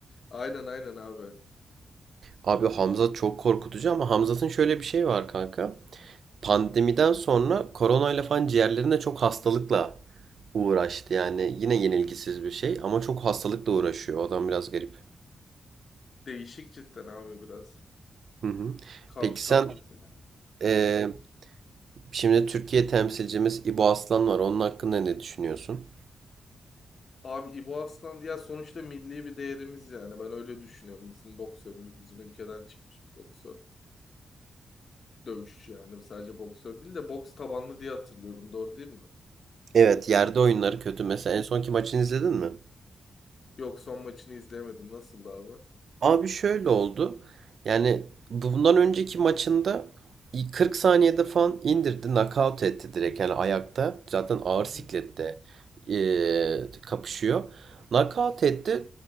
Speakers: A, on the left (about 50°); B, on the right (about 65°).
A: Aynen aynen abi.
B: Abi Hamzat çok korkutucu ama Hamzat'ın şöyle bir şey var kanka. Pandemiden sonra koronayla falan ciğerlerinde çok hastalıkla uğraştı. Yani yine yenilgisiz bir şey ama çok hastalıkla uğraşıyor. O adam biraz garip.
A: Değişik cidden abi biraz.
B: Hı hı.
A: Kam
B: Peki
A: Kamzat'ın.
B: sen eee, şimdi Türkiye temsilcimiz İbo Aslan var. Onun hakkında ne düşünüyorsun?
A: Abi İbo Aslan ya sonuçta milli bir değerimiz yani. Ben öyle düşünüyorum. Bizim boksörümüz bizim ülkeden çıkmış bir boksör. Dövüşçü yani sadece boksör değil de boks tabanlı diye hatırlıyorum. Doğru değil mi?
B: Evet, yerde oyunları kötü.
A: Hı
B: Mesela en sonki maçını
A: hı.
B: izledin mi?
A: Yok son maçını izleyemedim. Nasıldı abi?
B: Abi şöyle oldu. Yani bundan önceki maçında 40 saniyede falan indirdi, knockout etti direkt. Yani ayakta zaten ağır
A: Hı hı.
B: siklette eee, kapışıyor. Knockout etti.